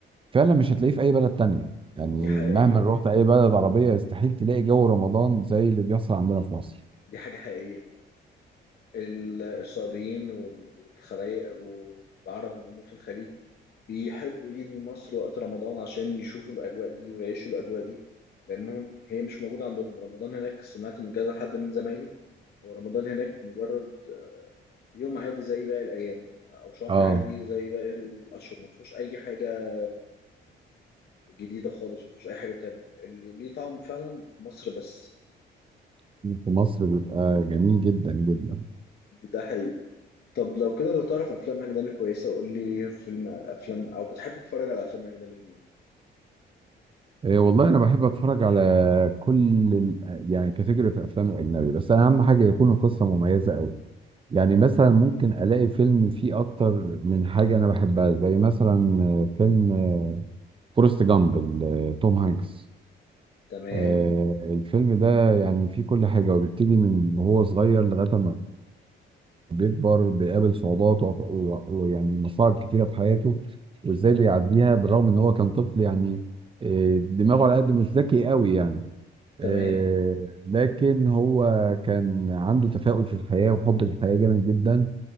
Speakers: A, on the right; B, on the left.
A: فعلا مش هتلاقيه في اي بلد تانية يعني
B: دي حقيقيه
A: مهما مم. رحت اي بلد عربية استحيل تلاقي جو رمضان زي اللي بيحصل عندنا في مصر
B: دي حاجه حقيقيه ال- السعوديين وال- والخلايق والعرب اللي هم في الخليج بيحبوا يجوا مصر وقت رمضان عشان يشوفوا الاجواء دي ويعيشوا الاجواء دي لانهم هي مش موجوده عندهم رمضان هناك سمعت من كذا حد من زمايلي ورمضان هناك مجرد آه، يوم عادي زي باقي الايام او شهر
A: اه
B: عادي زي باقي الاشهر ما فيهوش اي حاجه جديدة خالص ومفيش أي حاجة بتعمل اللي ليه طعم فعلا في مصر بس
A: في مصر بيبقى جميل جدا جدا
B: ده حقيقي طب لو كده لو تعرف أفلام أجنبي كويسة قول لي فيلم أفلام أو بتحب تتفرج على أفلام أجنبي لمين
A: إيه والله انا بحب اتفرج على كل ال- يعني كاتيجوري في الافلام الاجنبي بس أنا اهم حاجه يكون القصه مميزه قوي يعني مثلا ممكن الاقي فيلم فيه اكتر من حاجه انا بحبها زي مثلا فيلم فورست جامب ل- توم هانكس
B: تمام
A: آه، الفيلم ده يعني فيه كل حاجة وبيبتدي من وهو صغير لغاية ما بيكبر بيقابل صعوبات وع- وع- ويعني مصاعب كتيرة في حياته وازاي بيعديها بالرغم ان هو كان طفل يعني آه، دماغه على قد مش ذكي قوي يعني
B: تمام
A: آه، لكن هو كان عنده تفاؤل في الحياة وحب الحياة جامد جدا